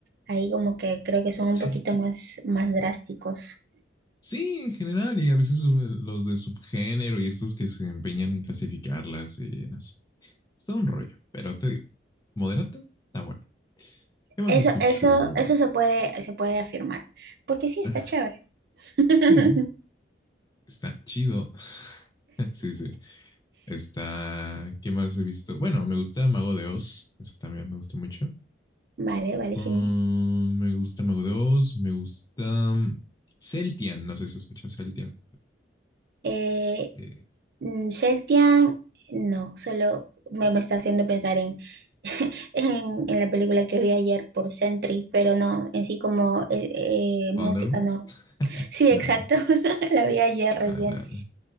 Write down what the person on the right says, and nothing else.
ahí como que creo que son un
poquito
más, más drásticos.
Eso,
eso, eso se puede, se puede afirmar, porque sí, está
chévere. <laughs>
Vale, vale,
sí.
Eh,
mm, Celtian, no, solo me, me está haciendo pensar en, <laughs> en, en la película que vi ayer por Sentry, pero no, en sí como eh, eh, música
no.
Sí,
exacto, <laughs> la vi ayer
recién.